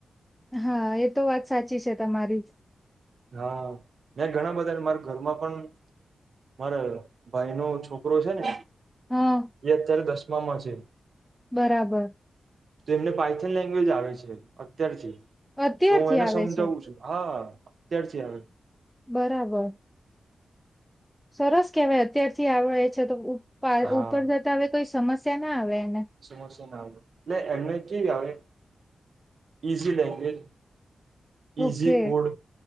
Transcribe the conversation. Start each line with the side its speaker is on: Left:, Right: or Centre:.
Centre: હા એ તો વાત સાચી છે તમારી.
Right: હા, મે ઘણા બધા મારા ઘરમાં પણ મારે ભાઈ નો છોકરો છે ને.
Centre: હા
Right: એ અત્યારે દસમામાં છે.
Centre: બરાબર.
Right: તો એમને પાઇથન લેંગ્વેજ આવે છે અત્યારથી.
Centre: અત્યારથી
Right: તો હું એને
Centre: આવે
Right: સમજાવું
Centre: છે
Right: છું હા અત્યારથી આવે.
Centre: બરાબર. સરસ કેવાય અત્યારથી આવડે છે તો ઉપા
Right: હા
Centre: ઉપર જતા હવે કોઈ સમસ્યા ના આવે. એને
Right: સમસ્યા ના આવે એટલે એમને કેવી આવે, easy language. Easy
Centre: okay
Right: code